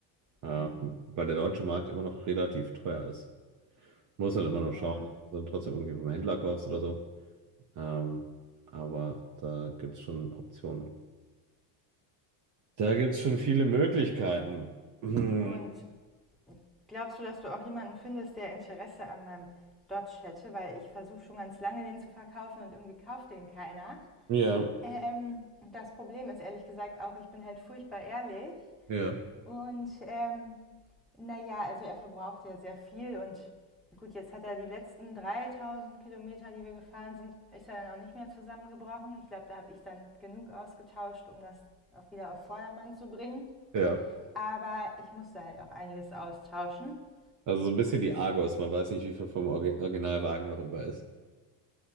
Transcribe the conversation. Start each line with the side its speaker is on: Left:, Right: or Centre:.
Right: ähm,
Centre: Hm,
Right: weil der deutsche Markt immer noch relativ teuer ist. Muss dann immer noch schauen,
Centre: ja.
Right: dass du dann trotzdem irgendwie vom Händler kaufst oder so. Ähm, aber da gibt es schon Optionen. Da gibt es schon viele Möglichkeiten. <clears throat>
Centre: Und Glaubst du, dass du auch jemanden findest, der Interesse an meinem Dodge hätte? Weil ich versuche schon ganz lange, den zu verkaufen und irgendwie kauft den keiner.
Right: Ja,
Centre: Ähm, das Problem ist ehrlich gesagt auch, ich bin halt furchtbar ehrlich.
Right: Ja.
Centre: Und ähm, naja, also er verbraucht ja sehr viel und gut, jetzt hat er die letzten 3000 Kilometer, die wir gefahren sind, ist er dann auch nicht mehr zusammengebrochen. Ich glaube, da habe ich dann genug ausgetauscht, um das auf, wieder auf Vordermann zu bringen.
Right: ja.
Centre: Aber ich musste halt auch einiges austauschen.
Right: Also so ein bisschen die Argos. Man weiß nicht, wie viel vom Orgi- Originalwagen noch über ist.